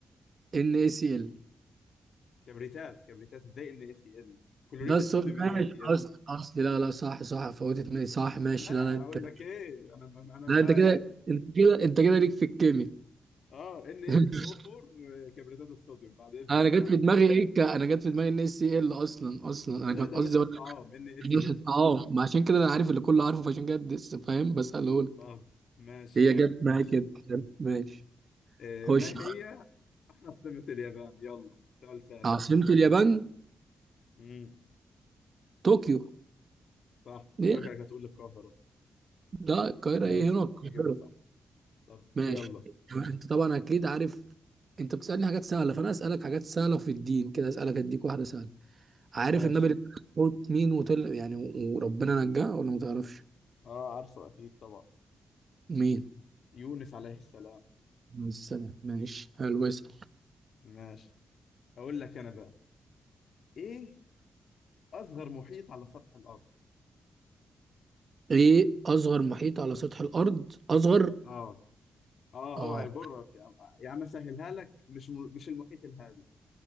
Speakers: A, on the right; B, on the left.
A: ان اي سي ال
B: كبريتات كبريتات ازاي ان اي سي ال كلوريد
A: ده الصوت
B: الصوديوم ان
A: ماشي
B: اي سي ال
A: اصل اصل لا لا صح صح فوتت مني صح ماشي
B: لا
A: لا لا انت
B: اقول لك ايه انا انا
A: لا
B: فايق
A: انت كده انت كده انت كده ليك في الكيمياء
B: اه ان ايه
A: <laughs>
B: اس او 4 كبريتات الصوديوم بعد اذنك
A: انا جت
B: يعني
A: في دماغي ايه ك- انا جت في دماغي ان اس سي ال اصلا اصلا انا
B: لا
A: كان
B: ده
A: قصدي
B: ملح الطعام
A: أقول-
B: ان اي
A: <laughs>
B: سي ال.
A: اه ما عشان كده انا عارف اللي كله عارفه فعشان كده دس- فاهم بساله لك
B: طب ماشي
A: هي
B: يا عم
A: جت
B: ماشي
A: معايا كده ماشي
B: آه
A: خش
B: ما هي عاصمة اليابان يلا سؤال سهل
A: عاصمة اليابان
B: امم
A: طوكيو
B: صح كنت
A: ليه
B: فاكرك هتقول القاهرة
A: لا القاهرة
B: ماشي
A: ايه هنا القاهرة
B: إجابة صح طب
A: ماشي
B: يلا
A: انت طبعا اكيد عارف انت بتسألني حاجات سهلة فانا اسألك حاجات سهلة في الدين كده اسألك اديك واحدة سهلة عارف
B: ماشي
A: النبي اللي قلت مين وطلع يعني و- وربنا نجاه ولا ما تعرفش
B: اه عارفه اكيد طبعا
A: مين
B: يونس عليه السلام
A: السنة ماشي حلو اسأل
B: ماشي اقول لك انا بقى ايه اصغر محيط على سطح الارض
A: ايه اصغر محيط على سطح الارض اصغر
B: اه اه
A: اه
B: اوعى يغرك يا عم يا عم اسهلها لك مش م... مش المحيط الهادي